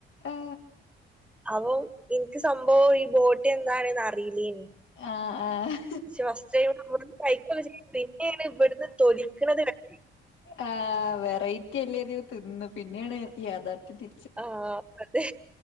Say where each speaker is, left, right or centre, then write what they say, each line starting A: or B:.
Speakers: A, on the left; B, in the centre.
A: ആ
B: അപ്പം ഇൻക്ക് സംഭവം ഈ ബോട്ടി എന്താണന്ന് അറിയില്ലേനു
A: ആഹ് ആഹ്
B: പക്ഷെ ഫസ്റ്റ് ടൈം നമ്മള് കഴിക്കൊക്കെ ചെയ്യ പിന്നെണ് ഇവടുന്ന് തൊലിക്ണത് ക
A: ആഹ് വെറൈറ്റി അല്ലേ കരുതി തിന്ന് പിന്നെണ് യാഥാർത്ഥ്യം തി
B: ആഹ് അതെ